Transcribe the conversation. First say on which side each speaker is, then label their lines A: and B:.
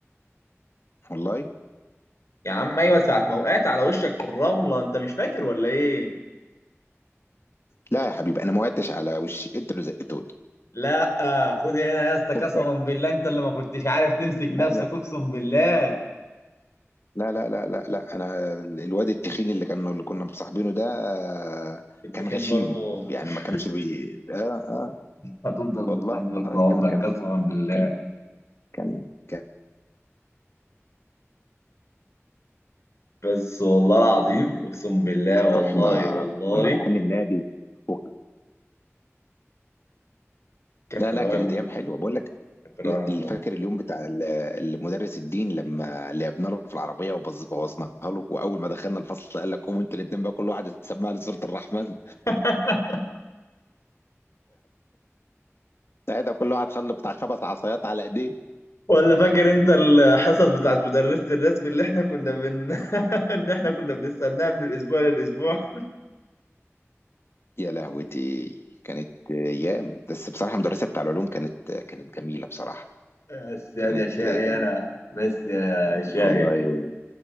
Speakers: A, on the left; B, on the left.
A: والله
B: يا عم ايوه ساعة ما وقعت على وشك في الرملة انت مش فاكر ولا ايه
A: لا يا حبيبي انا ما وقعتش على وشي انت اللي زقتوني
B: لا خد هنا يا اسطى قسما
A: شكراً.
B: بالله انت اللي ما كنتش عارف تمسك
A: لا
B: نفسك اقسم بالله
A: لا لا لا لا لا انا الواد التخين اللي كان اللي كنا مصاحبينه ده آه،
B: كنت
A: كان
B: تخين
A: غشيم
B: برضه
A: يعني
B: <laughs>
A: ما كانش بي ده آه
B: هتفضل
A: والله
B: متنمر طول عمرك
A: كان كان
B: قسما بالله
A: كان كان, كان
B: بس والله العظيم اقسم بالله والله
A: رحنا
B: والله
A: كنا رايحين النادي و...
B: كان
A: لا
B: في الرواية
A: لا كانت
B: منه
A: ايام حلوه بقول لك
B: كان في الرواية
A: لا،
B: منه والله
A: فاكر اليوم بتاع ال- المدرس الدين لما لعبنا له في العربيه وبوظ- بوظناها له واول ما دخلنا الفصل قال لك قوموا انتوا الاثنين بقى كل واحد يسمع لي سوره الرحمن
B: <laughs>
A: ساعتها كل واحد خلى بتاع خمس عصايات على ايديه
B: ولا فاكر انت الحصص بتاعت مدرسة الرسم اللي احنا كنا بن <laughs> ان احنا كنا بنستناها من الاسبوع للاسبوع
A: يا لهوتي كانت ايام بس بصراحه المدرسه بتاع العلوم كانت كانت جميله بصراحه
B: بس
A: كانت
B: هذه أشياء
A: جميله
B: يا شقي، أنا بس يا شاي
A: والله